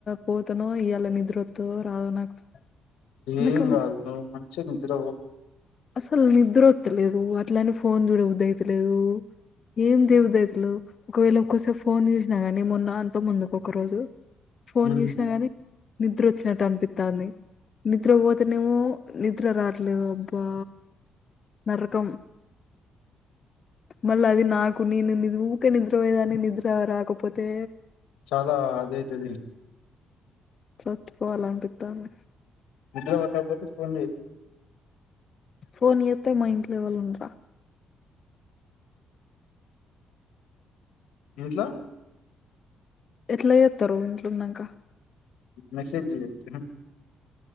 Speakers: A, on the left; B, on the left.
A: పోతనో ఇయ్యాల నిద్ర వత్తదో రాదో నాకు నాకు
B: ఏం కాదు నువ్వు మంచిగ నిద్రవో
A: అసలు నిద్ర వస్తలేదు అట్లనే ఫోన్ చూడబుద్దైతలేదు ఏం దేవుదట్లు ఒకవేళ ఒక్కోసారి ఫోన్ చూసినా గానీ మొన్న అంత ముందుకు ఒక్కొక రోజు ఫోన్
B: ఉమ్
A: చూసినా గాని నిద్ర వచ్చినట్టు అనిపిస్తంది నిద్ర పోతేనేమో నిద్ర రావట్లేదు అబ్బా నరకం మళ్ళీ అది నాకు నేను ని ఊకే నిద్రపోయేదాని నిద్ర రాకపోతే
B: చాలా అదైతది
A: చచ్చిపోవాలనిపితంది
B: నిద్ర పట్టకపోతే ఫోన్ చెయ్
A: ఫోన్ చేస్తే మా ఇంట్లో ఎవరు ఉండర
B: ఇంట్లో
A: ఎట్లా ఏతారు ఇంట్లో ఉన్నాక
B: మెసేజ్ చెయ్యి అయితే